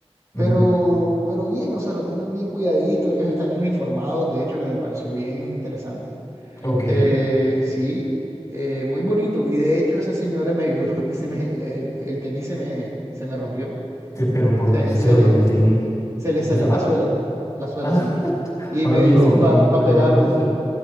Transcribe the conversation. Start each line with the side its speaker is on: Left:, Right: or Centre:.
Left: ujú,
Right: pero, pero bien, o sea, lo tienen bien cuidadito, ellos están uniformados, de hecho, que me pareció bien interesante.
Left: Ok.
Right: Eh, sí, eh, muy bonito. Y de hecho esa señora me ayudó, <laughs> que se me, el, el- el tenis se me, se me rompió.
Left: Te- Pero ¿por
Right: Se,
Left: dónde se te
Right: se
Left: rompió
Right: le,
Left: el tenis?
Right: se le salió
Left: El zapato.
Right: la suela, la suela,
Left: Ah,
Right: sí.
Left: <laughs>
Right: Y
Left: ahora
Right: me
Left: fíjese
Right: dio
Left: que
Right: para
Left: tenis,
Right: pa
Left: ¿cuáles
Right: pa pegarlo.
Left: eran esos?